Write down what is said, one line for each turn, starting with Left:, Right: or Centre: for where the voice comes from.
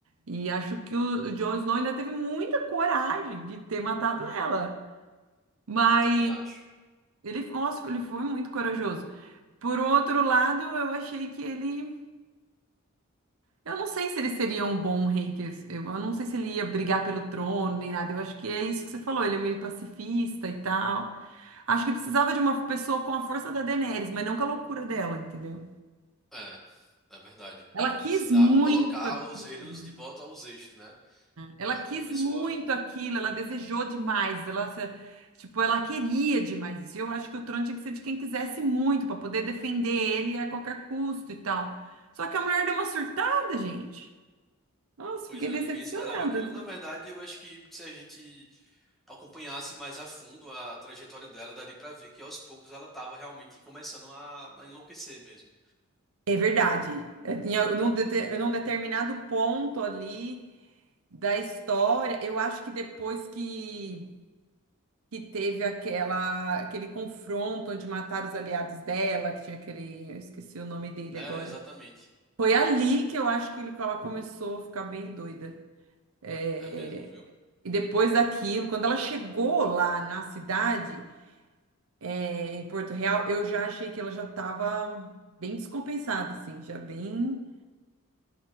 Right: E acho que o, o Jon Snow ainda teve muita coragem de ter matado ela. Mas
Centre: Eu também acho.
Right: ele, nossa, ele foi muito corajoso. Por outro lado, eu achei que ele. Eu não sei se ele seria um bom rei. que Eu eu não sei se ele ia brigar pelo trono nem nada. Eu acho que é isso que você falou. Ele é meio pacifista e tal. Acho que precisava de uma pessoa com a força da Daenerys, mas não com a loucura dela, entendeu?
Centre: É, é verdade,
Right: Ela
Centre: porque
Right: quis
Centre: precisava
Right: muito
Centre: colocar
Right: aquilo.
Centre: os relhos de volta aos eixos, né?
Right: Ela
Centre: É,
Right: quis
Centre: uma pessoa,
Right: muito aquilo, ela desejou demais, ela, se- tipo, ela queria demais isso. E eu acho que o trono tinha que ser de quem quisesse muito, para poder defender ele a qualquer custo e tal. Só que a mulher deu uma surtada, gente. Nossa,
Centre: pois
Right: fiquei
Centre: é,
Right: decepcionada.
Centre: ninguém esperava aquilo. Na verdade, eu acho que se a gente acompanhasse mais a fundo a trajetória dela, daria pra ver que aos poucos ela tava realmente começando a, a enlouquecer mesmo.
Right: É verdade. É, Em al- num, dete- num determinado ponto ali da história, eu acho que depois que, que teve aquela, aquele confronto onde mataram os aliados dela, que tinha aquele, eu esqueci o nome dele
Centre: É,
Right: agora.
Centre: exatamente.
Right: Foi ali que eu acho que ela começou a ficar bem doida. É,
Centre: É mesmo, viu?
Right: E depois daquilo, quando ela chegou lá na cidade, é, em Porto Real, eu já achei que ela já estava bem descompensada, assim, já bem,